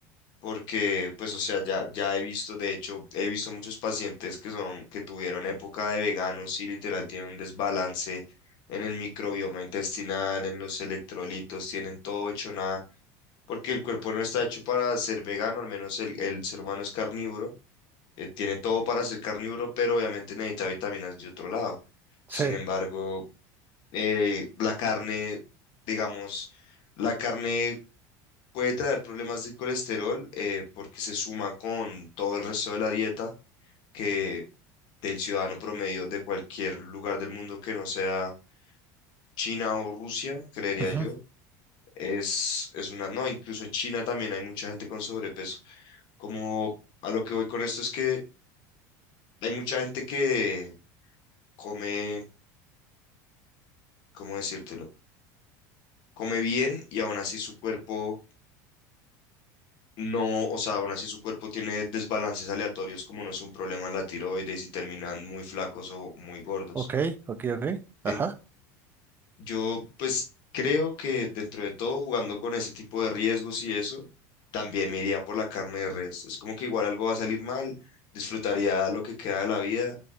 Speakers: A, on the left (about 55°); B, on the right (about 20°).
A: porque, pues, o sea, ya, ya he visto, de hecho, he visto muchos pacientes que son, que tuvieron época de veganos y literal tienen un desbalance en el microbioma intestinal, en los electrolitos, tienen todo hecho nada, porque el cuerpo no está hecho para ser vegano, al menos el, el ser humano es carnívoro, eh, tiene todo para ser carnívoro, pero obviamente necesita vitaminas de otro lado. Sin
B: Sí.
A: embargo, eh, la carne, digamos, la carne Puede traer problemas de colesterol eh, porque se suma con todo el resto de la dieta que del ciudadano promedio de cualquier lugar del mundo que no sea China o Rusia, creería
B: Ajá.
A: yo. Es, es una, no, incluso en China también hay mucha gente con sobrepeso. Como a lo que voy con esto es que hay mucha gente que come, ¿cómo decírtelo? Come bien y aún así su cuerpo No, o sea, aún así su cuerpo tiene desbalances aleatorios, como no es un problema en la tiroides y terminan muy flacos o muy gordos.
B: Ok, ok, ok. Ajá.
A: En- yo, pues, creo que dentro de todo, jugando con ese tipo de riesgos y eso, también me iría por la carne de res. Es como que igual algo va a salir mal, disfrutaría lo que queda de la vida